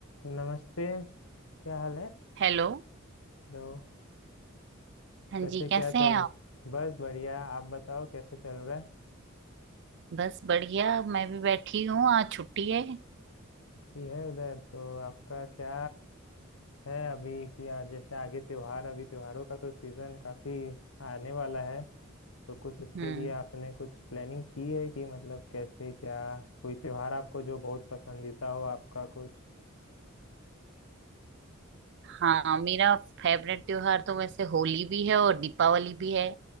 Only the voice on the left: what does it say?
नमस्ते क्या हाल है
तो
कैसे
क्या
चल
रहा
बस बढ़िया आप बताओ कैसे चल रहा है
कि है उधर तो आपका क्या है अभी कि आ- जैसे आगे त्योहार अभी त्योहारों का तो सीजन काफी आने वाला है तो कुछ उसके
लिए आपने कुछ प्लानिंग की है कि मतलब कैसे क्या कोई त्योहार आपको जो बहुत पसंदीदा हो आपका कुछ